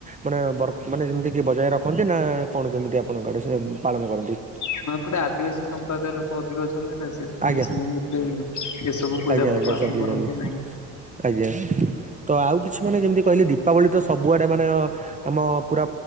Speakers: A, on the right; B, on the left.
A: ମାନେ ବରକ୍ ମାନେ ଯେମତିକି ବଜାୟ ରଖନ୍ତି ନା କଣ କେମିତି ଆପଣଙ୍କ ଆଡେ ସେ ପାଳନ କରନ୍ତି?
B: ହ ଏପଟେ ଆଦିବାସୀ ସମ୍ପ୍ରଦାୟ ଲୋକ ଅଧିକ ଅଛନ୍ତି ନା ସେଥିପାଇଁ
A: ଆଜ୍ଞା
B: ସେମାନେ ତ ଏସବୁ ପୂଜାପର୍ବ
A: ଆଜ୍ଞା ଆଜ୍ଞା
B: ପାଳନ
A: ଜାଣିଲି
B: କରନ୍ତି
A: ଜାଣିଲି
B: ନାହିଁ।
A: ଆଜ୍ଞା ତ ଆଉ କିଛି ମାନେ ଯେମିତି କହିଲେ ଦୀପାବଳି ତ ସବୁଆଡେ ମାନେ ଅ ଆମ ପୁରା